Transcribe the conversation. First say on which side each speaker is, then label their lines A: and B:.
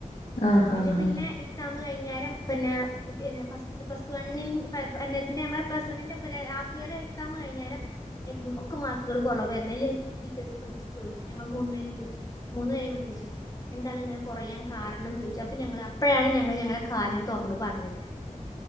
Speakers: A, on the left (about 50°); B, on the left (about 25°).
A: ആഹ്
B: അല്ലേ
A: ആഹ്
B: പിന്നെ
A: ആഹ്
B: എക്സാം കഴിഞ്ഞാരം പിന്നെ <unintelligible> ഫസ്റ്റ് പ്ലസ് വണ്ണി <unintelligible> പ്ലസ് വണ്ണിന്റെ <unintelligible> ഫസ്റ്റ് ഇയർ എക്സാം കഴിഞ്ഞാരം ഒക്കെ മാർക്കള് കൊറവായിരുന്ന് അയില് ടീച്ചേഴ്സ് വിളിച്ചു ചോദിച്ചു ഞങ്ങളെ മൂന്ന് പേരെയും വിളിച്ചു ചോയിച്ച് മൂന്ന് പേരേം വിളിപ്പിച്ചു എന്താണ് ഇങ്ങനെ കൊറയാൻ കാരണം ചോദിച്ച് അപ്പൊ ഞങ്ങള് അപ്പഴാണ് ഞങ്ങള് ഞങ്ങളെ കാര്യം തൊറന്ന് പറഞ്ഞത്